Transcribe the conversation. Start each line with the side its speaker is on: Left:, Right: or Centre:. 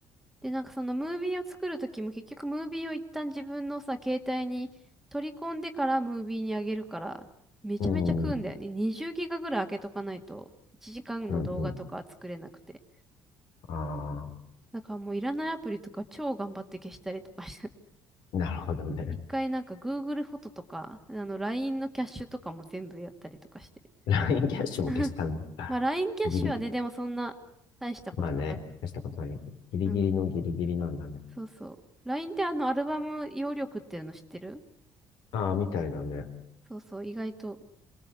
Centre: で、なんかそのムービーを作るときも結局ムービーを一旦自分のさ、携帯に取り込んでからムービーにあげるから、めちゃめちゃ食うんだよね。
Left: うん、
Centre: 20ギガぐらい開けとかないと、1時間の動画とかは作れなくて。
Left: うん、うん。ああ
Centre: だからもういらないアプリとか超頑張って消したりとかして。<laughs>
Left: ー、なるほどね。
Centre: 一回なんか Google フォトとか、あの LINE のキャッシュとかも全部やったりとかして。
Left: LINE <laughs> キャッシュも消したんだ。
Centre: <laughs> まあ LINE キャッシュはね、
Left: ギリ、
Centre: でもそんな大したことなかった。
Left: まあね、消したことない。ギリギリのギリギリなんだね。
Centre: うん。そうそう。LINE ってあのアルバム容量食ってるの知ってる
Left: ああ、みたいだね。
Centre: そうそう、意外と